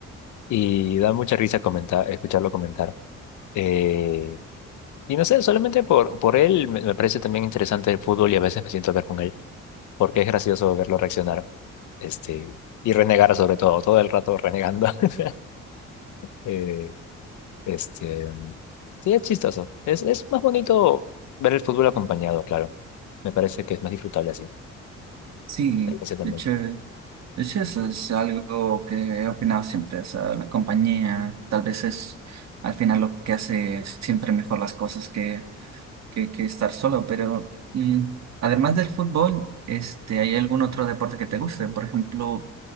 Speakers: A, on the left; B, on the right.
A: y da mucha risa comentar, escucharlo comentar. Eh, y no sé, solamente por, por él me, me parece también interesante el fútbol y a veces me siento a ver con él, porque es gracioso verlo reaccionar este, y renegar sobre todo, todo el rato renegando. <laughs> Eh, este, sí, es chistoso. Es, es más bonito ver el fútbol acompañado, claro. Me parece que es más disfrutable así. Me
B: Sí,
A: parece también.
B: de hecho, de hecho eso es algo que he opinado siempre, o sea, la compañía tal vez es al final lo que hace siempre mejor las cosas que que, que estar solo, pero mm, además del fútbol, este, ¿hay algún otro deporte que te guste? Por ejemplo,